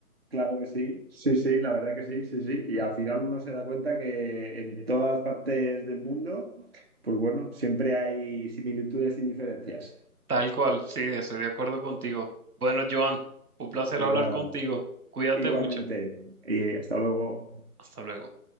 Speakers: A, on the right; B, on the right.
A: Claro que sí, sí, sí, la verdad que sí, sí, sí. Y al final uno se da cuenta que en todas las partes del mundo, pues bueno, siempre hay similitudes y diferencias.
B: Tal cual, sí, estoy de acuerdo contigo. Bueno, Joan, un placer
A: Pues
B: hablar
A: nada,
B: contigo. Cuídate
A: igualmente,
B: mucho.
A: y hasta luego.
B: Hasta luego.